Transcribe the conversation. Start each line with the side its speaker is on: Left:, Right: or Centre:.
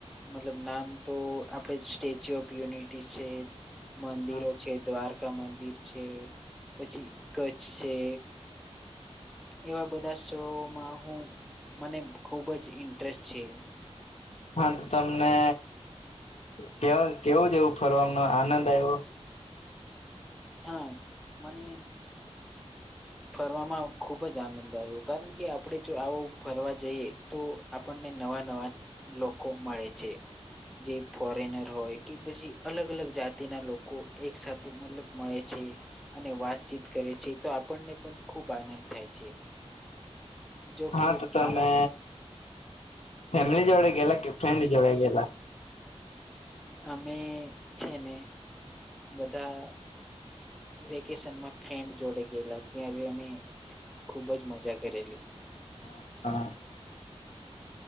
Centre: મતલબ નામ તો આપણે સ્ટેચ્યુ ઓફ યુનિટી છે મંદિરો
Left: હા
Centre: છે દ્વારકા મંદિર છે પછી કચ્છ છે એવા બધા સ્થળો હા હું મને ખુબ જ ઇન્ટરેસ્ટ છે.
Left: હા તો તમને કેવલ કેવું જેવું ફરવાનો આનંદ આવ્યો
Centre: હા મને ફરવામાં ખુબ જ આનંદ આવ્યો કારણ કે આપણે જો આવું ફરવા જઈએ તો આપણ ને નવા નવા લોકો મળે છે જે ફોરેનર હોય કે પછી અલગ અલગ જાતિના લોકો એક સાથે મતલબ મળે છે અને વાતચીત કરે છે તો આપણને પણ ખૂબ આનંદ થાય છે જોકે
Left: હા તો તમે
Centre: મારા
Left: ફેમિલી જોડે ગેલા કે ફ્રેન્ડ જોડે ગેલા
Centre: અમે છે ને બધા વેકેશનમાં ફ્રેન્ડ જોડે ગયેલા ત્યારે અમે ખૂબ જ મજા કરેલી
Left: હા હા